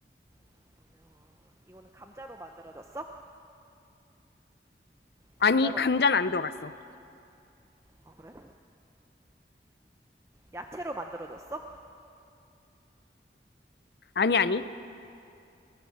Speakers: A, on the right; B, on the left.
A: 그러면 이거는 감자로 만들어졌어? 감자로
B: 아니, 감자는
A: 만.
B: 안 들어갔어.
A: 아 그래? 야채로 만들어졌어?
B: 아니, 아니.